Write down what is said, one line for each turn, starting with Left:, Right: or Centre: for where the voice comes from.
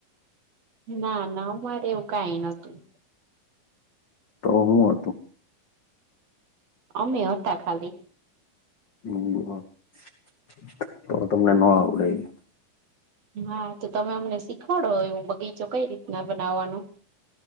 Right: ના ના અમારે એવું કઈ નતું
Left: તો હું હતું
Right: અમે હતા ખાલી
Left: <unintelligible> તો તમને ન આવડે ઈ
Right: હા તો તમે અમને શીખવાડો એ બગીચો કઈ રીતના બનાવવાનું